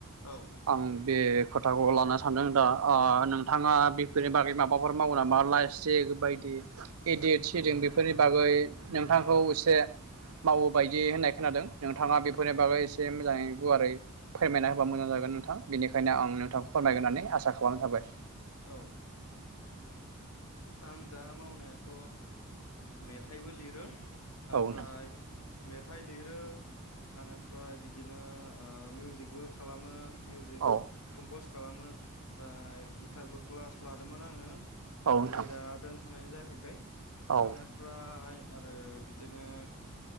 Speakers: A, on the left; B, on the right.
A: औ
B: आं बे खोथाखौ लानो सानदों दा ओ नोंथाङा बेफोरनि बागै माबाफोर मावो नामा लाइस्टक बायदि एदिट सदिद बेफोरनि बागै नोंथांखौ एसे मावो बायदि होननाय खोनादों नोंथाङा बेफोरनि बागै एसे मोजाङै गुवारै फोरमायना होबा मोजां जागोन नोंथां बेनिखायनो आं नोंथांखौ फोरमायगोन होननानै आसा खालामनाय थाबाय
A: औ। आं दा मावनायाथ' मेथाइबो लिरो
B: थाबाय औ
A: ओमफ्राय
B: नोंथां
A: मेथाइ लिरो इनिफ्राय बिदिनो मिउजिकबो खालामो मिउजिक
B: औ
A: कमपस खालामो ओमफ्राय गिटारबो क्लास लादोंमोन आङो
B: औ नोंथां
A: ओमाय दा दोनथ'नाय जाहैबाय
B: औ
A: आनिफ्राय आरो बिदिनो